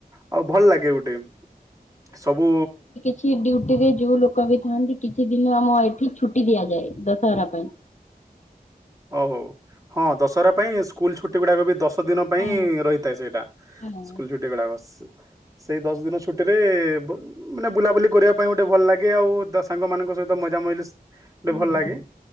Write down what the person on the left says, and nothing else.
କି ଡ୍ୟୁଟି ରେ ଯଉ ଲୋକ ବି ଥାନ୍ତି କିଛି ଦିନ ଆମ ଏଇଠି ଛୁଟି ଦିଆଯାଏ ଦଶହରା ପାଇଁ।
ହଁ
ହଁ
ହୁଁ